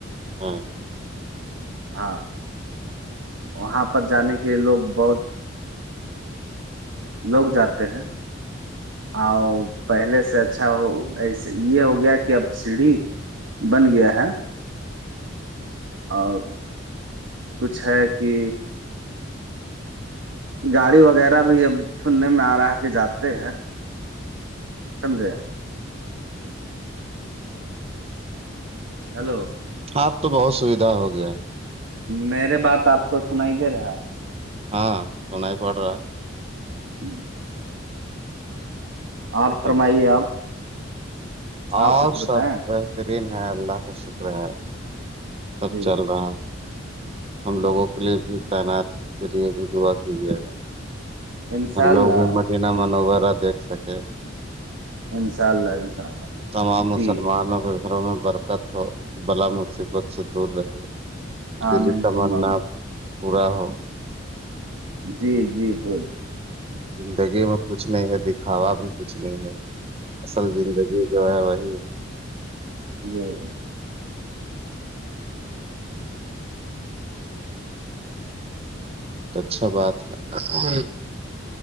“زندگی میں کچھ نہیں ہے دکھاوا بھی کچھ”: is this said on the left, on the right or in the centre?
Right